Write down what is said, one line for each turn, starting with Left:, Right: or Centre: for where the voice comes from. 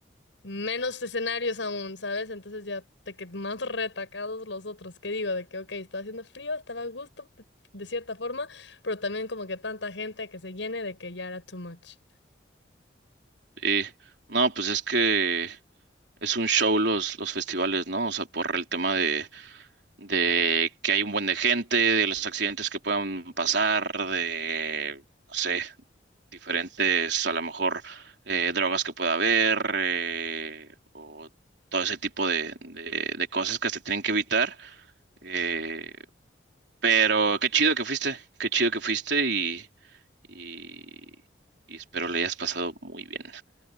Left: menos escenarios aún, ¿sabes? Entonces ya te que más <laughs> retacados los otros, que digo, de que, ok, estaba haciendo frío, estaba a gusto de cierta forma, pero también como que tanta gente que se llene de que ya era too much.
Right: Sí. No, pues es que es un show los, los festivales, ¿no? O sea, por el tema de de que hay un buen de gente, de los accidentes que puedan pasar, de, no sé, diferentes, a lo mejor, eh, drogas que pueda haber, eh, o todo ese tipo de, de, de cosas que se tienen que evitar. Eh, pero qué chido que fuiste, qué chido que fuiste y, y, y espero le hayas pasado muy bien.